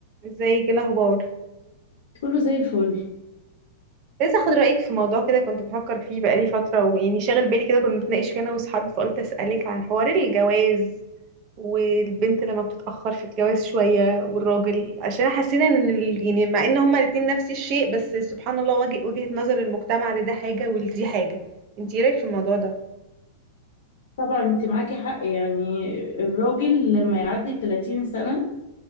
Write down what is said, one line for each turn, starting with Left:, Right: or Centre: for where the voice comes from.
Right: ازيك ايه الاخبار
Left: كله زي الفل
Right: لسه اخد رايك في موضوع كده كنت بفكر فيه بقالي فتره ويعني شاغل بالي كده كنا بنتناقش فيه انا واصحابي فقلت اسالك عن حوار الجواز والبنت لما بتتاخر في الجواز شويه والراجل عشان حسينا ان ال- يعني مع ان هما الاتنين نفس الشيء بس سبحان الله وجه وجهه نظر المجتمع لده حاجه ولدي حاجه انت ايه رايك في الموضوع ده
Left: طبعا انت معاكي حق يعني الراجل لما يعدي 30 سنة